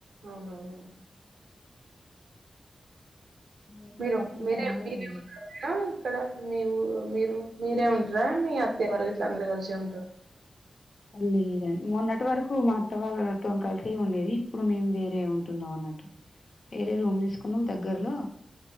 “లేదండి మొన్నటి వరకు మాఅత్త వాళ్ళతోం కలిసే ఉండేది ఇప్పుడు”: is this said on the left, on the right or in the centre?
Left